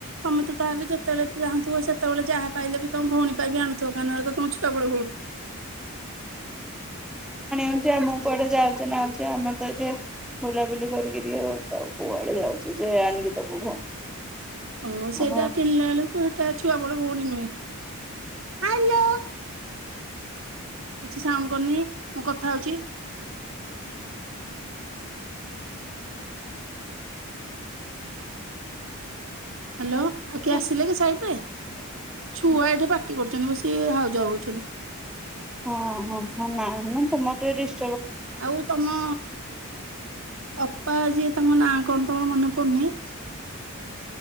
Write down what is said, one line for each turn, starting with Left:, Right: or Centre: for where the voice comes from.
Right: ତମେ ତ ତାହେଲେ ଯେତେବେଳେ ଚାହୁଁଥିବ ସେତେବେଳେ ଯାହା ପାଇଲେ ବି ତମେ ଭଉଣୀ ପାଇଁ ବି ଆଣୁଥିବ କାହିଁନା ତ ତମ ଛୁଆବେଳ ଭଉଣୀ।
Centre: ହଁ ଯେ ମୁଁ କୁଆଡେ ଯାଉଛି ନାଁ ଆଉଛି ଆମେ ତ ଏଇଠି ବୁଲାବୁଲି କରିକି ଟିକେ ଆ କୁଆଡେ ଯାଉଛୁ ଯେ ଆଣିକି ଦବ ଭଉଣୀ?
Right: ଓ
Centre: ହଁ
Right: ସେଇଟା କିଣିଲା ବେଳକୁ ହେ଼ଇଟା ଛୁଆ ମୋର ଭଉଣୀ ନୁହେଁ। ହାଲୋ କିଛି ସାଉଣ୍ଡ କରିନି ମୁଁ କଥା ହଉଚି।
Centre: ହଁ
Right: ହ୍ୟାଲୋ ଆଉ କିଏ ଆସିଲେ
Centre: ହଁ
Right: କି ସାଇଡ ରେ
Centre: ହଁ
Right: ଛୁଆ ଏଠି ପାଟି କରୁଛନ୍ତି ବସି
Centre: ନା
Right: ହାଉ ଯାଉ ହଉଛନ୍ତି।
Centre: ନାଇଁ। ସମେ
Right: ଆଉ ତମ ଅପା ଯିଏ ତାଙ୍କ ନାଁ କଣ? ଙ୍କ ମନେ ପଡୁନାହିଁ।